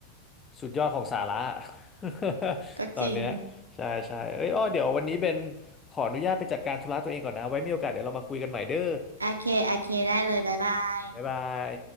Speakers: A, on the left; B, on the right.
A: สุดยอดของสาระ <laughs>
B: ก็จริง
A: ตอนเนี้ยใช่ใช่เอ้ยอ้อเดี๋ยววันนี้เบนขออนุญาตไปจัดการธุระตัวเองก่อนนะไว้มีโอกาสเดี๋ยวเรามาคุยกันใหม่เด้อ
B: โอเคโอเคได้เลยบ๊ายบาย
A: บ๊ายบาย